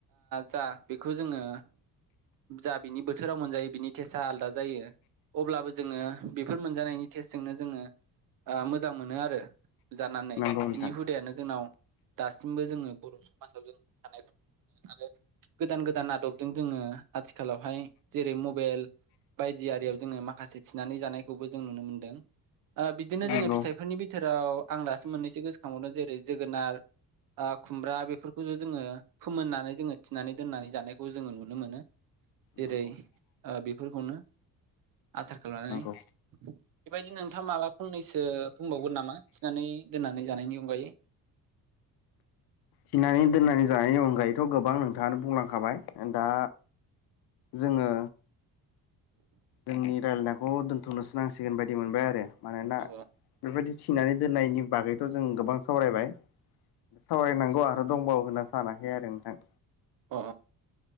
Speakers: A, on the right (about 60°); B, on the left (about 80°).
A: जा बेखौ जोङो जा बिनि बोथोराव मोनजायो बिनि टेसआ आलादा जायो अब्लाबो जोङो बेफोर मोनजानायनि टेस्टजोंनो जोङो मोजां मोनो आरो जानानै
B: नंगौ नोंथां
A: बिनि हुदायानो जोंनाव दासिमबो जोङो बर' समाजाव जों थानायखौ नुनो मोनो गोदान गोदान आदबजों जोङो आथिखालावहाय जेरै मबाइल बायदि आरियाव जोङो माखासे थिनानै जानाय खौबो जों नुनो मोनदों बिदिनो
B: नंगौ
A: जोङो फिथाइफोरनि बिथोराव आं दासो मोननैसो गोसोखांबावदों जेरै जोगोनार खुमब्रा बेफोरखौनो जोङो फोमोननानै जोङो थिनानै दोननानै जानायखौ जोङो नुनो मोनो जेरै
B: नंगौ
A: बेफोरखौनो आसार खालामनानै
B: नंगौ
A: बेबायदि नोंथां माला फंनैसो बुंबावगोन नामा थिनानै दोननानै जानायनि अनगायै
B: थिनानै दोननानै जानायनि अनगायैथ' गोबां नोंथाङानो बुंलांखाबाय दा जोङो जोंनि रायल्लायनायखौ दोन्थ'नोसो नांसिगोन बायदि मोनबाय आरो मानोना
A: औ
B: बेबायदि थिनानै दोननायनि बागैथ' जों गोबां सावरायबाय सावरायनांगौ आरो दंबावो होनना सानाखै आरो नोंथां
A: अ